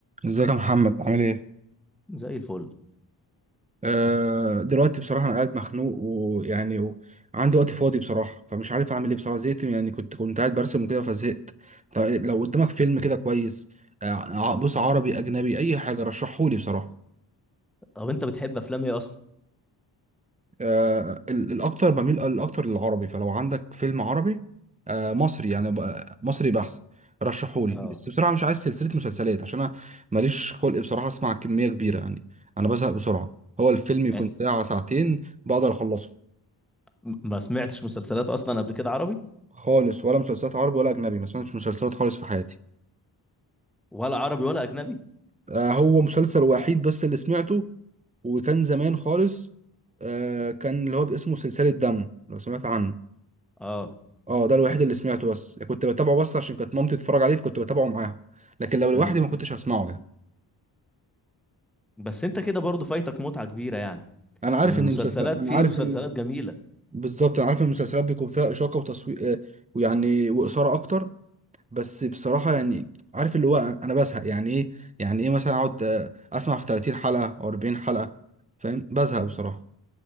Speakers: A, on the right; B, in the centre.
A: ازيك يا محمد عامل ايه؟
B: زي الفل
A: آه دلوقتي بصراحة أنا قاعد مخنوق ويعني وعندي وقت فاضي بصراحة فمش عارف أعمل إيه بصراحة زهقت يعني كنت كنت قاعد برسم وكده فزهقت طيب لو قدامك فيلم كده كويس آه ع- بص عربي أجنبي أي حاجة رشحهولي بصراحة
B: طب انت بتحب افلام ايه اصلا
A: آه، ال- الاكتر بميل الاكتر للعربي فلو عندك فيلم عربي آه، مصري يعني بقى- مصري بحث رشحولي
B: اه
A: بس بسرعه مش عايز سلسله مسلسلات عشان انا ماليش خلق بصراحه اسمع كميه كبيره يعني انا بزهق بسرعه هو الفيلم يكون
B: يعني
A: ساعه ساعتين بقدر اخلصه
B: م- ما سمعتش مسلسلات اصلا قبل كده عربي
A: خالص ولا مسلسلات عربي ولا اجنبي ما سمعتش مسلسلات خالص في حياتي
B: ولا عربي ولا اجنبي
A: آه، هو مسلسل وحيد بس اللي سمعته وكان زمان خالص آه، كان اللي هو اسمه سلسله دم لو سمعت عنه
B: اه
A: اه ده الوحيد اللي سمعته بس يعني كنت بتابعه بس عشان كانت مامتي تتفرج عليه فكنت بتابعه معاها لكن لو لوحدي
B: امم
A: ما كنتش هسمعه يعني
B: بس انت كده برضو فايتك متعة كبيرة يعني
A: انا عارف
B: من المسلسلات
A: ان المسلسل انا
B: في
A: عارف
B: مسلسلات
A: ان
B: جميلة
A: بالظبط انا عارف ان المسلسلات بيكون فيها اشاقه وتصوير آه، ويعني واثاره اكتر بس بصراحه يعني عارف اللي هو انا بزهق يعني ايه يعني ايه مثلا اقعد آه، اسمع في 30 حلقه او 40 حلقه فاهم بزهق بصراحه